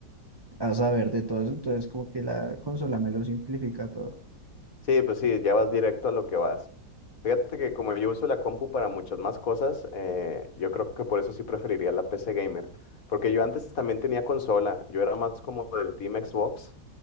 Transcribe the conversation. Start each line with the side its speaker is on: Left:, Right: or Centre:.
Right: a saber de todo eso, entonces como que la consola me lo simplifica todo.
Left: Sí, pues sí, ya vas directo a lo que vas. Fíjate que como yo uso la compu para muchas más cosas, eh, yo creo que por eso sí preferiría la PC gamer. Porque yo antes también tenía consola, yo era más como del Team Xbox,